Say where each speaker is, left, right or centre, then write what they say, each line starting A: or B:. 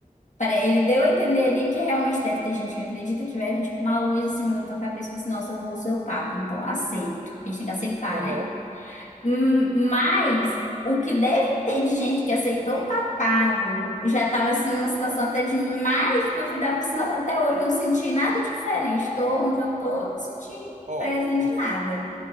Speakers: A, on the left; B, on the right.
A: para- Ele deu a entender ali que realmente deve ter gente que acredita que vai vir, tipo, uma luz acima da tua cabeça e fala assim, nossa, eu vou ser o papa, então aceito. A gente tem que aceitar,
B: aham.
A: né? Hum, Mas o que deve ter de gente que aceitou papado já estava assim numa situação até de mais duvidar, porque senão até hoje eu não senti nada diferente. Estou onde eu estou, não senti
B: Ó,
A: presa de
B: eu,
A: nada.